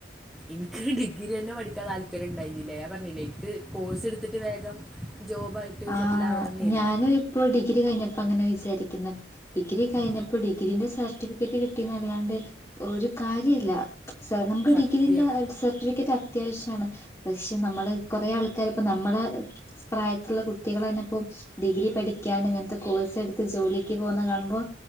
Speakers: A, in the centre; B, on the left (about 15°).
A: എനിക്ക് ഡിഗ്രി തന്നെ പഠിക്കാൻ താല്പര്യം ണ്ടായിനിം അല്ലേ പറഞ്ഞില്ലേ ഇൻക് കോഴ്സ് ഇട് ഇത് വേഗം ജോബായിട്ട്
B: ആ്
A: സെറ്റിൽ ആവണമെന്നായിരുന്നു
B: ഞാനും ഇപ്പോ ഡിഗ്രി കഴിഞ്ഞപ്പോ അങ്ങനെ വിചാരിക്കും ഡിഗ്രി കഴിഞ്ഞപ്പോ
A: ആ,
B: ഡിഗ്രീന്റെ സർട്ടിഫിക്കറ്റ് കിട്ടിന്നല്ലാണ്ട് ഒരു കാര്യല്ല സർ നമുക്ക്
A: സത്യം
B: ഡിഗ്രീന്റെ സർട്ടിഫിക്കറ്റ് അത്യാവശ്യണ് പക്ഷെ നമ്മള് കുറേ ആൾക്കാർ ഇപ്പോ നമ്മള പ്രായ കുട്ടികൾ തന്നെ ഇപ്പോ ഡിഗ്രി പഠിക്കാണ്ട് ഇങ്ങനത്തെ കോഴ്സ് എടുത്ത് ജോലിക്ക് പോകുന്ന കാണുമ്പോൾ